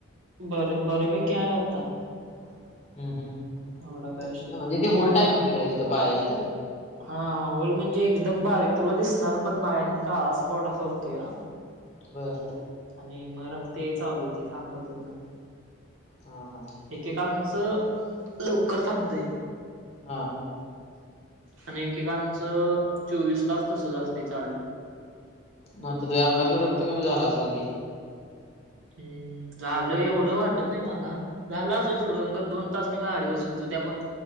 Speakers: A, on the right; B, on the left.
A: बरे बऱ्यापैकी हाय आता.
B: हम्म हम्म
A: एवढा काय विषय नाही
B: म्हणजे ती
A: मग
B: होल टाईम होती का तिथ पाहिजे तिथ.
A: होल म्हणजे एकदम बारीक तुला दिसणार पण नाही आणि काळा स्पॉट असा होतोय. हा.
B: बर
A: आणि मग रक्त यायला चालू होतय थांबतच नाही.
B: हां हां
A: एकेकांच लवकर थांबतय.
B: हां
A: आणि एकेकांच चोवीस तास तसच असतय चालू.
B: मग ते अंगातल रक्त कमी झाल असेल की.
A: हम्म झालय एवढ वाटत नाही मला. झाला असेल थोडं दोन तास मी गाडीवरच होतो त्यामुळ